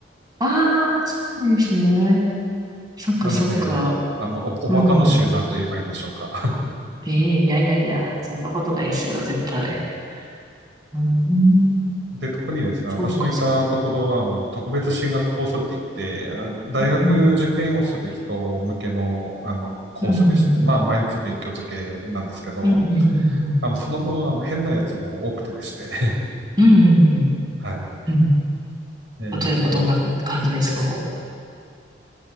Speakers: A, on the right; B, on the right.
A: ああ、そうなんですね。そっかそっか。
B: なので、あの、お、おバカの集団と言えばいいんでしょうか。
A: うんうんうん。ええいやいやいや、そんなことないですよ、絶対。うん、
B: で、特にですね、
A: そっかそっか。
B: 私のいたところは、あの、特別進学コースって言って、あ大学受験をする人向けの、
A: うん
B: あの、コースでして、
A: うんうん
B: まあ、毎日勉強漬けなんですけど、
A: うんうんうんうんうんうん
B: あの、その分、あの、変なやつも多くてでして、<laughs>
A: うんうんうん。
B: はい。
A: うん。
B: えーっと、
A: 例えばどんな感じですか